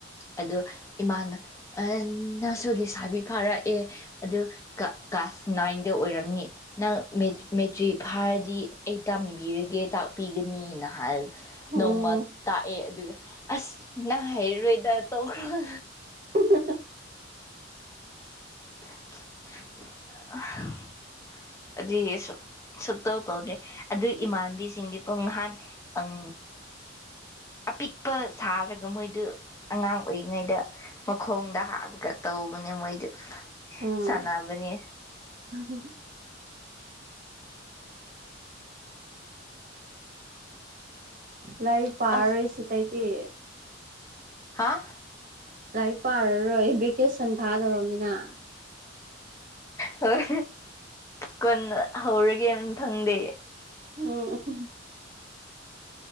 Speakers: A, on the left (about 15°); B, on the right (about 45°).
A: ꯑꯗꯨ ꯏꯃꯥꯅ ꯑꯦ ꯅꯪꯁꯨ ꯂꯩꯁꯥꯕꯤ ꯐꯥꯔꯛꯑꯦ ꯑꯗꯨ ꯀ ꯀ꯭ꯂꯥꯁ ꯅꯥꯏꯟꯗ ꯑꯣꯏꯔꯝꯅꯤ ꯅꯪ ꯃꯦꯇ꯭ꯔꯤ ꯃꯦꯇ꯭ꯔꯤꯛ ꯐꯥꯔꯗꯤ ꯑꯩ ꯇꯝꯕꯤꯔꯒꯦ ꯇꯥꯛꯄꯤꯒꯅꯤꯅ ꯍꯥꯏꯔꯦ
B: ꯎꯝ
A: ꯅꯣꯡꯃ ꯇꯥꯛꯑꯦ ꯑꯗꯨꯒ ꯑꯁ ꯅꯪ ꯍꯩꯔꯔꯣꯏꯗ ꯇꯣꯛꯈ꯭ꯔꯣ
B: <unintelligible>
A: <unintelligible> ꯑꯗꯨꯏ ꯑꯩꯁꯨ ꯁꯨꯛꯇꯧ ꯇꯧꯗꯦ ꯑꯗꯨꯏ ꯏꯃꯥꯟꯕꯤꯁꯤꯡꯗꯤ ꯄꯨꯡ ꯅꯍꯥꯟ ꯑꯪ ꯑꯄꯤꯛꯄ ꯁꯥꯔꯒ ꯃꯣꯏꯗꯨ ꯑꯉꯥꯡ ꯑꯣꯏꯔꯤꯉꯩꯗ ꯃꯈꯣꯡꯗ ꯍꯥꯞꯄꯒ ꯇꯧꯕꯅꯦ ꯃꯣꯏꯗꯨ
B: ꯎꯝ
A: ꯁꯥꯟꯅꯕꯅꯦ
B: <unintelligible> ꯂꯥꯏꯔꯤꯛ ꯄꯥꯔꯔꯣꯏ
A: ꯑꯁ
B: ꯁꯤꯗꯩꯗꯤ
A: ꯍꯥꯥ
B: ꯂꯥꯏꯔꯤꯛ ꯄꯥꯔꯔꯣꯏ ꯚꯦꯀꯦꯁꯟ ꯊꯥꯗꯧꯔꯝꯃꯤꯅ
A: ꯍꯣꯏ ꯀꯟꯅ ꯍꯧꯔꯒꯦ ꯃꯊꯪꯗꯤ
B: ꯎꯝ